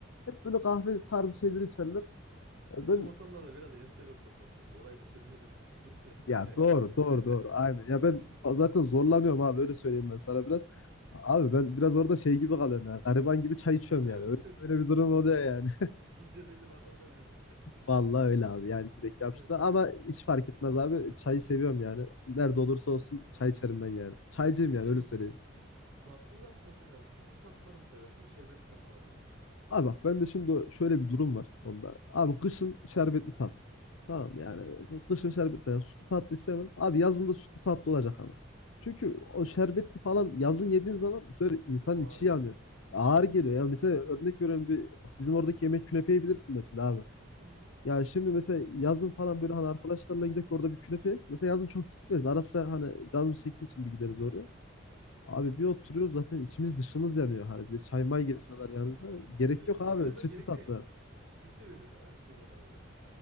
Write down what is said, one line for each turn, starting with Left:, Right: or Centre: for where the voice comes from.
Left: Hep böyle kahve tarzı şeyleri içerler.
Right: Ya, sizin
Left: Ya ben
Right: ortamlar da biraz entel ortamlar. Şimdi orayı da söylemeden geçmeyeyim yani.
Left: ya doğru doğru
Right: <laughs>
Left: doğru aynen. Ya ben zaten zorlanıyorum abi öyle söyleyeyim ben sana biraz. Abi ben biraz orada şey gibi kalıyorum yani. Gariban gibi çay içiyorum
Right: Evet.
Left: yani. Öyle, öyle bir durum oluyor yani.
Right: <laughs> İnce belli bardakla diyorsun.
Left: Vallahi öyle abi yani direkt
Right: <laughs> Evet.
Left: yapıştır. Ama hiç fark etmez abi. Çayı seviyorum yani. Nerede olursa olsun çay içerim ben yani. Çaycıyım
Right: E
Left: yani
Right: şey
Left: öyle söyleyeyim.
Right: e, e, tatlı olarak mesela sütlü tatlılar mı seversin, şerbetli tatlılar mı?
Left: Abi bak ben de şimdi o- şöyle bir durum var onda. Abi kışın şerbetli tatlı. Tamam mı? yani kışın şerbetli. Yani sütlü tatlı istemem. Abi yazın da sütlü tatlı olacak ama. Çünkü o şerbetli falan yazın yediğin zaman bu sefer insanın
Right: Çok ağır
Left: içi
Right: geliyor
Left: yanıyor.
Right: ya.
Left: Ağır geliyor. Ya mesela örnek veriyorum bir bizim oradaki yemek künefeyi bilirsin mesela abi.
Right: Bilirim bilirim.
Left: Ya şimdi mesela yazın falan böyle hani arkadaşlarla gidip orada bir künefe yek. Mesela yazın çok gitmeyiz. Ara sıra hani canımız çektiği için bir gideriz oraya.
Right: Hı hı.
Left: Abi bir oturuyoruz zaten içimiz dışımız yanıyor. Hani bir de çay may getiriyorlar
Right: <laughs>
Left: yanında. Gerek
Right: Evet.
Left: yok abi
Right: Onun yanında
Left: sütlü
Right: genellikle
Left: tatlı.
Right: süt de veriyorlar ha bildiğim kadarıyla.